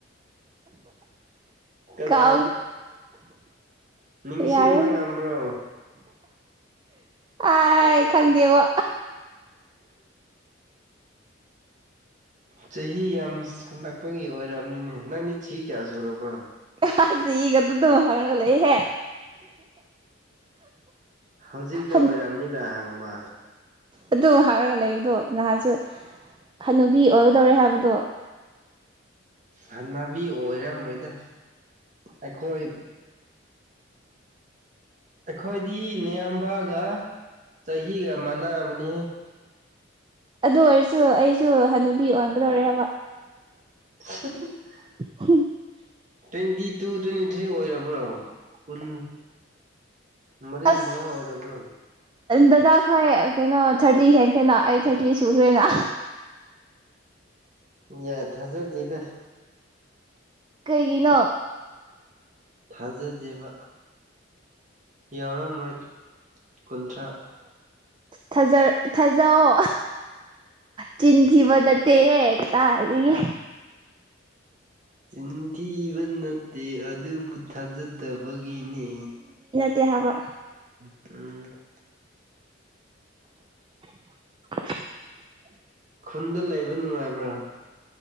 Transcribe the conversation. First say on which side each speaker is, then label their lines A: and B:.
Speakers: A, on the right; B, on the right.
A: ꯀꯗꯥꯏ
B: ꯀꯥꯎ
A: ꯅꯤꯡꯁꯤꯡꯕ
B: ꯌꯥꯔꯦ
A: ꯉꯝꯕ꯭ꯔꯣ
B: ꯑꯥꯢ ꯀꯪꯗꯦꯕ
A: ꯆꯍꯤ ꯌꯥꯝ ꯁꯜꯂꯛꯄꯒꯤ ꯑꯣꯏꯔꯕꯅꯤꯅꯦ ꯅꯪꯗꯤ ꯆꯍꯤ ꯀꯌꯥ ꯁꯨꯔꯕ꯭ꯔꯣ
B: ꯀꯁꯤ ꯏꯒ ꯑꯗꯨꯗ ꯍꯥꯏꯔꯒ ꯂꯩꯍꯦ
A: ꯍꯧꯖꯤꯛꯇ
B: ꯍꯟ
A: ꯑꯣꯏꯔꯝꯅꯤꯗ ꯍꯪꯕ
B: ꯑꯗꯨꯝ ꯍꯥꯏꯔꯒ ꯂꯩꯕꯗꯣ ꯅꯍꯥꯟꯁꯨ ꯍꯅꯨꯕꯤ ꯑꯣꯏꯒꯗꯧꯔꯦ ꯍꯥꯏꯕꯗꯣ
A: ꯍꯟꯅꯕꯤ ꯑꯣꯏꯔꯝꯃꯣꯏꯗ ꯑꯩꯈꯣꯏ ꯑꯩꯈꯣꯏꯗꯤ ꯅꯌꯥꯝꯕꯒ ꯆꯍꯤꯒ ꯃꯥꯟꯅꯕꯅꯦ
B: ꯑꯗꯨ ꯑꯣꯏꯔꯁꯨ ꯑꯩꯁꯨ ꯍꯅꯨꯕꯤ ꯑꯣꯟꯒꯗꯣꯔꯦ ꯍꯥꯏꯕ
A: <unintelligible>
B: <unintelligible>
A: ꯇ꯭ꯋꯦꯟꯇꯤ ꯇꯨ ꯇ꯭ꯋꯦꯟꯇꯤ ꯊ꯭ꯔꯤ ꯑꯣꯏꯔꯕ꯭ꯔꯣ ꯀꯨꯟ ꯃꯔꯤ
B: ꯑꯁ
A: ꯃꯉꯥ ꯑꯣꯏꯔꯕ꯭ꯔꯣ
B: ꯗꯗꯥ ꯈꯣꯏ ꯀꯩꯅꯣ ꯊꯥꯔ꯭ꯇꯤ ꯍꯦꯟꯈ꯭ꯔꯦꯅ ꯑꯩ ꯊꯥꯔ꯭ꯇꯤ ꯁꯨꯈ꯭ꯔꯦꯅ
A: ꯌꯥ ꯊꯖꯗꯦꯗ
B: ꯀꯩꯒꯤꯅꯣ
A: ꯊꯥꯖꯗꯦꯕ ꯌꯥꯎꯔꯝꯔꯣꯏ ꯀꯨꯟꯊ꯭ꯔꯥ
B: ꯊꯖꯥ ꯊꯥꯖꯑꯣ ꯆꯤꯟꯊꯤꯕ ꯅꯠꯇꯦꯍꯦ ꯀꯇꯥꯏꯗꯒꯤ
A: ꯆꯤꯟꯊꯤꯕ ꯅꯠꯇꯦ ꯑꯗꯨꯕꯨ ꯊꯥꯖꯗꯕꯒꯤꯅꯦ
B: ꯇꯦ ꯍꯥꯏꯕ
A: ꯎꯝ
B: <inaudible>
A: ꯈꯨꯟꯗ ꯂꯩꯕ ꯅꯨꯡꯉꯥꯏꯕ꯭ꯔꯥ